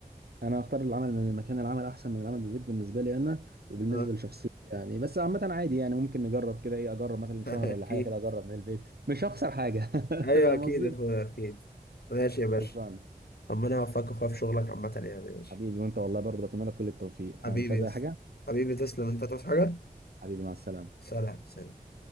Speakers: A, on the right; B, on the left.
A: انا اختار العمل من المكان العمل احسن من العمل بالبيت بالنسبه لي انا وبالنسبه
B: آه،
A: لشخصيتي يعني بس عامه عادي يعني ممكن نجرب كده ايه اجرب مثلا
B: <laughs>
A: شهر
B: اكيد
A: ولا حاجه كده اجرب من البيت مش هخسر حاجه <laughs>
B: ايوه
A: فاهم
B: اكيد
A: قصدي
B: يا اخويا اكيد ماشي يا باشا
A: خلصان
B: ربنا يوفقك يا اخويا في شغلك عامة يعني يا باشا
A: حبيبي وانت والله برضه بتمنى لك كل التوفيق
B: حبيبي
A: أنا مش عايز
B: يا
A: اي
B: اسطى
A: حاجه
B: حبيبي تسلم انت هتعوز حاجة
A: آه، حبيبي مع السلامه
B: سلام سلام